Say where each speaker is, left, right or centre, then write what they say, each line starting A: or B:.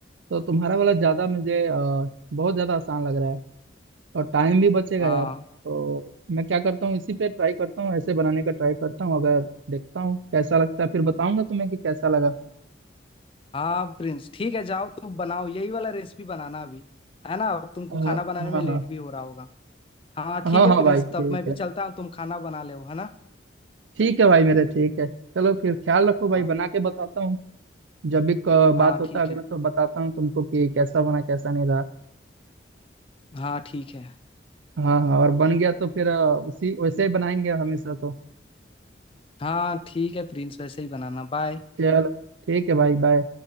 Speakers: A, on the right (about 85°); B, on the left (about 30°).
A: तो तुम्हारा वाला ज्यादा मुझे अ, बहुत ज्यादा आसान लग रहा है और टाइम भी बचेगा
B: हाँ
A: यार तो मैं क्या करता हूँ इसी पे ट्राई करता हूँ ऐसे बनाने का ट्राई करता हूँ अगर देखता हूँ कैसा लगता है फिर बताऊंगा तुम्हें कि कैसा लगा
B: हाँ प्रिंस ठीक है जाओ तुम बनाओ यही वाला रेसिपी बनाना अभी है ना अब तुमको
A: अ,
B: खाना बनाने
A: हाँ
B: में लेट
A: हाँ
B: भी हो रहा होगा हाँ
A: हाँ
B: ठीक है
A: हाँ
B: प्रिंस
A: भाई ठीक
B: तब मैं भी
A: है
B: चलता हूँ तुम खाना बना ले है ना
A: ठीक है भाई मेरे ठीक है चलो फिर ख्याल रखो भाई
B: हाँ
A: बना के बताता हूँ जब भी क-
B: हाँ
A: बात होता
B: ठीक
A: है अगला
B: है
A: तो बताता हूँ तुमको कि कैसा बना कैसा नहीं रहा
B: हाँ ठीक है
A: हाँ हाँ और बन गया तो फिर अ, उसी वैसे ही बनाएंगे हमेशा तो
B: हाँ ठीक है प्रिंस वैसे ही बनाना बाय
A: चलो ठीक है भाई बाय